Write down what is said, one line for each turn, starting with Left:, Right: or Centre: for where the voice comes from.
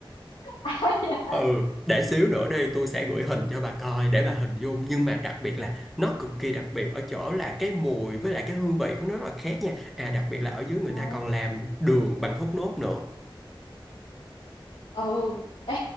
Left: áo dạ.
Centre: ừ để xíu nữa đi tôi sẽ gửi hình cho bà coi để bà hình dung nhưng mà đặc biệt là nó cực kỳ đặc biệt ở chỗ là cái mùi với lại cái hương vị của nó rất là khác nha à đặc biệt là ở dưới người
Left: Ờ.
Centre: ta còn làm đường bằng thốt nốt nữa
Left: Ừ. <laughs> Ê,